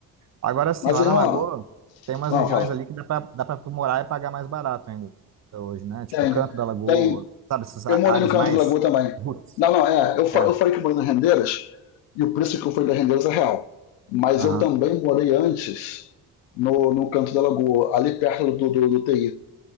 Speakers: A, on the right (about 35°); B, on the left (about 75°).
A: Agora sim,
B: Mas,
A: lá
B: irmão,
A: na Lagoa tem umas
B: não,
A: regiões
B: fala.
A: ali que dá pra, dá pra tu morar e pagar mais barato ainda hoje, né? Tipo,
B: Tem,
A: o canto da Lagoa,
B: tem,
A: sabe? Essas a-
B: Eu morei
A: áreas
B: no canto
A: mais
B: do Lagoa também.
A: roots.
B: Não, não, é. Eu, fa-
A: É,
B: eu falei que morei na Rendeiras e o preço que eu fui da Rendeiras é real. Mas
A: aham,
B: eu também morei antes no, no canto da Lagoa, ali perto do, do, do TI.